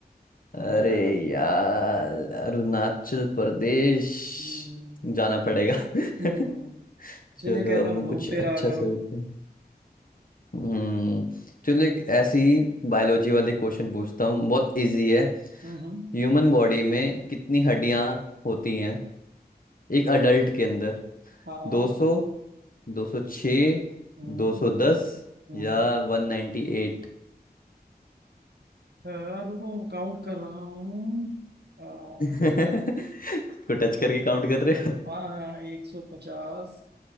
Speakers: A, on the right (about 80°); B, on the left (about 55°).
A: समझा
B: अरे यार अरुणाचल प्रदेश
A: हम्म,
B: जाना पड़ेगा <laughs>
A: हम्म, हम्म, हम्म। इसीलिए
B: चलो
A: कहता
B: अब मैं
A: हूँ घूमते
B: कुछ अच्छा
A: रहा करो
B: सोचती हूँ हम्म चलो एक ऐसी बायोलॉजी वाली क्वेश्चन पूछता हूँ बहुत इजी है
A: हम्म हम्म,
B: ह्यूमन बॉडी में कितनी हड्डियां होती हैं एक अडल्ट के अंदर
A: हाँ
B: 200 206
A: हम्म,
B: 210
A: हम्म।
B: या 198 <laughs>
A: अ, रुको काउंट कर रहा हूँ अ,
B: खुद को टच करके काउंट कर रहे हो
A: हाँ हाँ एक सौ पचास